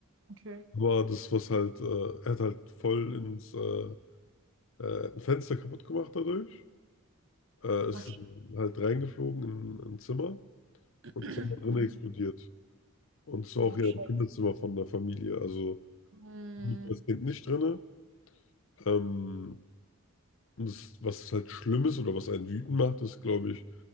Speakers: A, on the right; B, on the left.
A: Okay.
B: Aber das, was halt, äh, er hat halt voll ins äh, äh, ein Fenster kaputt gemacht dadurch. Äh, ist
A: Ach, shit.
B: halt reingeflogen in ein Zimmer
A: <clears throat>
B: und ist dann da drin
A: Mhm.
B: explodiert. Und es war auch
A: Ach,
B: ja
A: shit.
B: ein Kinderzimmer von der Familie, also
A: Hm.
B: das Kind nicht drin. Ähm, und das, was halt schlimm ist oder was einen wütend macht, ist, glaube ich,